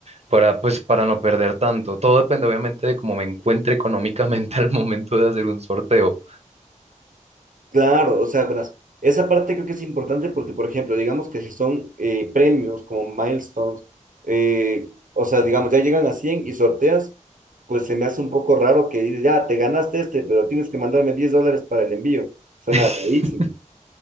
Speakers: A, on the right; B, on the right.
A: para, pues, para no perder tanto. Todo depende, obviamente, de cómo me encuentre económicamente <laughs> al momento de hacer un sorteo.
B: Claro, o sea, verás, esa parte creo que es importante porque, por ejemplo, digamos que si son eh, premios como milestones, eh, o sea, digamos, ya llegan a 100 y sorteas, pues se me hace un poco raro que digas, ya, te ganaste este, pero tienes que mandarme 10 dólares para el envío. Suena
A: <laughs>
B: rarísimo.